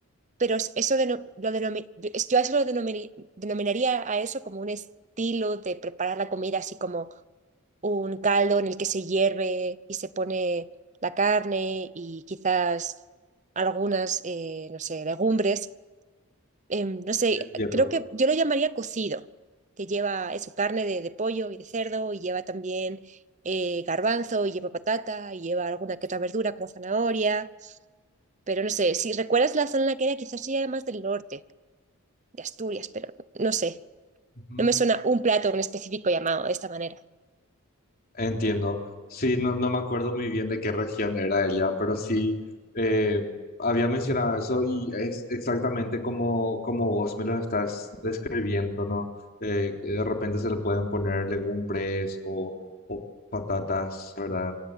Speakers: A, on the right; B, on the left.
A: pero es- eso deno- lo denomi- yo es- yo a eso lo denomi- denominaría a eso como un estilo de preparar la comida así como un caldo en el que se hierve y se pone la carne y quizás algunas, eh, no sé, legumbres. Em, no sé,
B: Entiendo.
A: creo que yo lo llamaría cocido, que lleva eso, carne de, de pollo y de cerdo y lleva también eh, garbanzo y lleva patata y lleva alguna que otra verdura como zanahoria. Pero no sé, si recuerdas la zona en la que era, quizás sí era más del norte, de Asturias, pero no sé.
B: Ujú.
A: No me suena un plato en específico llamado de esta manera.
B: Entiendo. Sí, no, no me acuerdo muy bien de qué región era ella, pero sí eh, había mencionado eso y es exactamente como, como vos me lo estás describiendo, ¿no? Eh, que de repente se le pueden poner legumbres o, o patatas, ¿verdad?